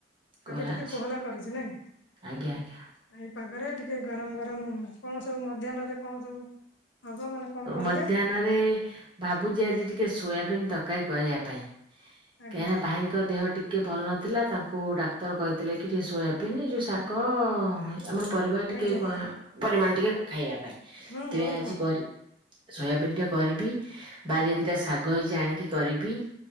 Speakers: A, on the left; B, on the right.
A: ପାଗ
B: କହଲା
A: ଟିକେ
B: ଅଛି।
A: କୋହଲା କରିଛି ନାଇଁ?
B: ଆଜ୍ଞା ଆଜ୍ଞା।
A: ଏଇ ପାଗରେ ଟିକେ ଗରମ ଗରମ କଣ ସବୁ ମଧ୍ୟାହ୍ନରେ କଣ ସବୁ ହବ ମାନେ କଣ କରିବେ
B: ମଧ୍ୟାହ୍ନରେ ଭାବୁଛି ଆଜି ଟିକେ ସୋୟାବିନ୍ ତରକାରୀ କରିବା ପାଇଁ।
A: ଆଜ୍ଞା।
B: ତେଣେ ଭାଇ ଦେହ ଟିକିଏ ଭଲ ନଥିଲା ତାଙ୍କୁ ଡାକ୍ତର କହିଥିଲେ କି ଟିକିେ ସୋୟାବିନ୍ ଏ ଯେଉଁ ଶାଗ ଆମର ପରିବା ଟିକେ
A: ଆଜ୍ଞା
B: କଣ ପରିମାଣ ଟିକେ ଖାଇବା ପାଇଁ ସେଥିପାଇ
A: ହୁଁ ବହୁତ
B: ଆଜି
A: ବଢିଆ
B: କରି ସୋୟାବିିନ ଟେ କରିବି ବାରିରେ ଦିଟା ଶାଗ ହେଇଛି ଆଣିକି କରିବି।